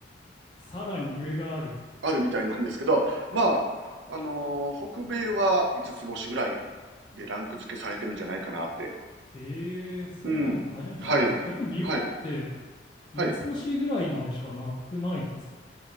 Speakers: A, on the left; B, on the right.
A: さらに上がある。
B: あるみたいなんですけど、まあ、あのー北米は五つつ星ぐらいでランク付けされてるんじゃないかなって。
A: へえ、そうなんだ。
B: うん。
A: 初めて知りました。
B: はい。
A: 逆に日本って
B: はい。
A: 三つ星ぐらいまでしかなくないですか
B: はい。